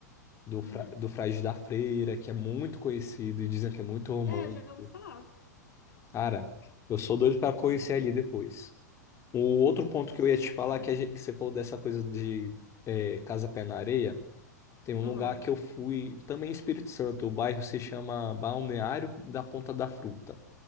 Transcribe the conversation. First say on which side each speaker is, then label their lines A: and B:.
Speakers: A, on the left (about 30°); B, on the left (about 80°).
A: do, Fra-
B: Uhum.
A: do Frade da Freira, que é muito conhecido e dizem que é muito romântico.
B: É, já ouvi falar.
A: Cara, eu sou doido para conhecer
B: Uhum.
A: ali depois. O outro ponto
B: Nossa.
A: que eu ia te falar,
B: Uhum.
A: que, a gente, que você falou dessa coisa de é, Casa Pé na Areia, tem um
B: Uhum.
A: lugar que eu fui, também em Espírito Santo, o bairro se chama Balneário da Ponta da Fruta.